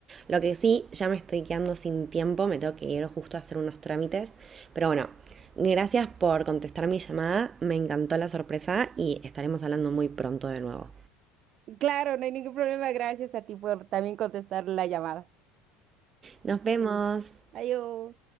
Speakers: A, on the right; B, on the right.
A: Lo que sí, ya me estoy quedando sin tiempo, me tengo que ir justo a hacer unos trámites. Pero bueno, gracias por contestar mi llamada, me encantó la sorpresa y estaremos hablando muy pronto de nuevo.
B: Claro, no hay ningún problema. Gracias a ti por también contestar la llamada.
A: Nos vemos.
B: Adiós.